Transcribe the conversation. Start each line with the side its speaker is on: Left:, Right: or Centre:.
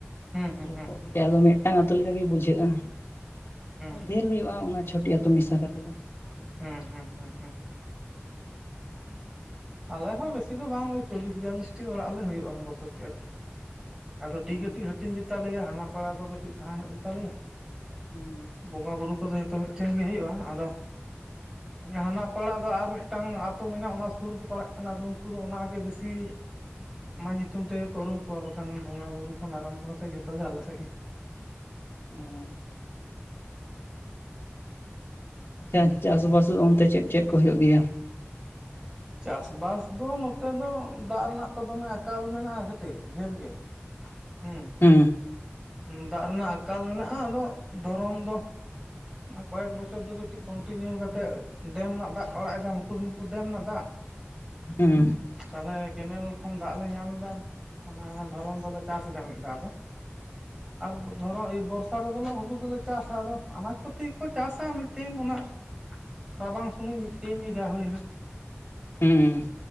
Right: ᱦᱩᱸ ᱦᱩᱸ
Left: ᱡᱚᱯᱚᱜ
Right: ᱦᱩᱸ
Left: ᱜᱮᱭᱟ ᱟᱫᱚ ᱢᱤᱫᱼᱼ ᱢᱤᱫᱴᱟᱝ ᱟᱹᱛᱩ ᱞᱮᱠᱟ ᱜᱮ ᱵᱩᱡᱷᱟᱹᱜᱼᱟ
Right: ᱦᱩᱸ
Left: ᱟᱫᱚ ᱰᱷᱮᱨ ᱦᱩᱭᱩᱜᱼᱟ ᱚᱱᱟ ᱪᱷᱚᱴᱤ ᱟᱛᱳ ᱢᱮᱥᱟ ᱠᱟᱛᱮ ᱫᱚ
Right: ᱦᱩᱸ ᱦᱩᱸ ᱦᱩᱸ ᱦᱩᱸ ᱟᱞᱮ ᱦᱚᱸ ᱵᱮᱥᱤ ᱫᱚ ᱵᱟᱝ ᱳᱭ ᱪᱚᱞᱞᱤᱥ ᱵᱤᱭᱟᱞᱞᱤᱥ ᱴᱤ ᱚᱲᱟᱜ ᱞᱮ ᱦᱩᱭᱩᱜᱼᱟ ᱵᱚᱥᱚᱛᱤ ᱟᱨ ᱠᱤᱼᱼ ᱟᱫᱚ
Left: ᱚ
Right: ᱰᱤᱜ ᱠᱟᱹᱴᱤᱡ ᱦᱟᱹᱴᱤᱧ ᱜᱮ ᱛᱟᱞᱮᱭᱟ ᱦᱟᱱᱟ ᱯᱟᱲᱟ ᱫᱚ ᱠᱟᱹᱴᱤᱡ ᱥᱟᱦᱟ ᱧᱚᱜ ᱜᱮ ᱛᱟᱞᱮᱭᱟ
Left: ᱦᱩᱸ
Right: ᱵᱚᱸᱜᱟ ᱵᱩᱨᱩ ᱠᱚᱫᱚ ᱡᱷᱚᱛᱚ ᱢᱤᱫᱼᱼ ᱴᱷᱮᱱ ᱜᱮ ᱦᱩᱭᱩᱜᱼᱟ ᱟᱫᱚ ᱦᱟᱱᱟ ᱯᱟᱲᱟ ᱫᱚ ᱟᱨ ᱢᱤᱫᱴᱟᱝ ᱟᱹᱛᱩ ᱢᱮᱱᱟᱜᱼᱟ ᱚᱱᱟ ᱥᱩᱨ ᱠᱚᱼᱼ ᱯᱟᱲᱟᱜ ᱠᱟᱱᱟ ᱟᱫᱚ ᱩᱱᱠᱩ ᱫᱚ ᱚᱱᱟ ᱜᱮ ᱵᱤᱥᱤᱼᱼ ᱢᱟ ᱧᱩᱛᱩᱢ ᱛᱮᱜᱮ ᱠᱚ ᱩᱨᱩᱢ ᱠᱚᱣᱟ ᱵᱟᱠᱷᱟᱱ ᱵᱚᱸᱜᱟ ᱵᱩᱨᱩ ᱠᱷᱚᱱ ᱟᱨᱟᱢᱵᱚ ᱠᱟᱛᱮᱫ ᱡᱷᱚᱛᱚ ᱜᱮ ᱟᱞᱮ ᱥᱮᱫ ᱜᱮᱼᱼ
Left: ᱩᱸ ᱟᱪᱪᱷᱟ ᱪᱟᱥ ᱵᱟᱥ ᱚᱱᱛᱮ ᱪᱮᱫ ᱪᱮᱫ ᱠᱚ ᱦᱩᱭᱩᱜ ᱜᱮᱭᱟ?
Right: <inaudible> ᱪᱟᱥ ᱵᱟᱥ ᱫᱚ ᱱᱚᱛᱮ ᱫᱚ ᱫᱟᱜ ᱨᱮᱱᱟᱜ ᱫᱚ ᱫᱚᱢᱮ ᱟᱠᱟᱞ ᱢᱮᱱᱟᱜᱼᱟ ᱠᱟᱹᱴᱤᱡ ᱰᱷᱮᱨ ᱜᱮᱼᱼ ᱦᱩᱸ
Left: ᱦᱩᱸ
Right: ᱫᱟᱜ ᱨᱮᱱᱟᱜ ᱟᱠᱟᱞ ᱢᱮᱱᱟᱜᱼᱟ ᱟᱫᱚ ᱫᱚᱨᱚᱱ ᱫᱚᱼᱼ ᱚᱱᱮ ᱠᱚᱭᱮᱠ ᱵᱚᱪᱷᱚᱨ ᱫᱚ ᱠᱟᱹᱴᱤᱡ ᱠᱚᱱᱴᱤᱱᱤᱭᱩ ᱠᱟᱛᱮᱫ ᱰᱮᱢ ᱨᱮᱱᱟᱜ ᱫᱟᱜ ᱠᱚ ᱟᱲᱟᱜ ᱮᱫᱟ ᱢᱩᱠᱩᱴ ᱢᱩᱱᱤᱯᱩᱨ ᱰᱮᱢ ᱨᱮᱱᱟᱜ ᱫᱟᱜ <inaudible>
Left: ᱩᱸ
Right: ᱛᱟᱦᱞᱮ ᱠᱮᱱᱮᱞ ᱠᱷᱚᱱ ᱫᱟᱜ ᱞᱮ ᱧᱟᱢ ᱮᱫᱟ ᱚᱱᱟ ᱫᱷᱚᱨᱚᱱ ᱫᱚᱞᱮ ᱪᱟᱥ ᱮᱫᱟ ᱢᱤᱫ ᱫᱷᱟᱣ ᱫᱚ ᱟᱨ ᱫᱷᱚᱨᱚ ᱵᱚᱨᱥᱟ ᱨᱮᱫᱚᱞᱮ ᱦᱩᱲᱩ ᱫᱚᱞᱮ ᱪᱟᱥᱟ ᱟᱫᱚᱼᱼ <unintelligible> ᱠᱚ ᱛᱮ ᱠᱚ ᱪᱟᱥᱟ ᱢᱤᱫᱴᱮᱱ ᱚᱱᱟᱼᱼ ᱨᱟᱵᱟᱝ ᱥᱚᱢᱚᱭ ᱢᱤᱫᱴᱮᱱ ᱜᱮ ᱡᱟ ᱦᱩᱭᱮᱱᱟ
Left: ᱦᱩᱸ